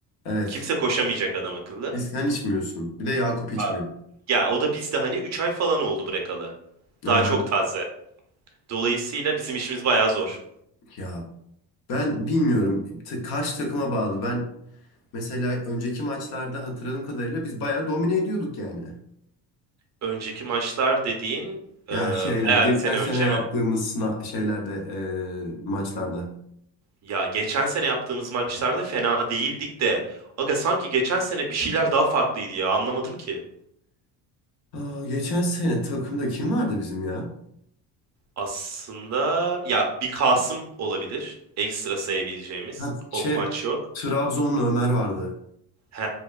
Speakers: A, on the left; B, on the right.
A: Evet.
B: Kimse koşamayacak adam akıllı.
A: Biz sen içmiyorsun. Bir de Yakup içmiyor.
B: Abi. Ya o da bizde hani 3 ay falan oldu bırakalı.
A: Aha.
B: Daha çok taze. Dolayısıyla bizim işimiz bayağı zor.
A: Ya ben bilmiyorum. Ta- karşı takıma bağlı. Ben mesela önceki maçlarda hatırladığım kadarıyla biz bayağı domine ediyorduk yani.
B: Önceki maçlar dediğin
A: Ya
B: e, bayağı
A: şeyler geçen
B: bir sene
A: sene
B: önce
A: yaptığımız
B: mi?
A: sına şeylerde eee, maçlarda.
B: Ya geçen sene yaptığımız maçlarda fena değildik de aga sanki geçen sene bir şeyler daha farklıydı ya anlamadım ki.
A: Aa, geçen sene takımda kim vardı bizim ya?
B: Aslında ya bir Kasım olabilir ekstra sayabileceğimiz.
A: Ha, şey
B: O bu maç yok.
A: Trabzonlu Ömer vardı.
B: He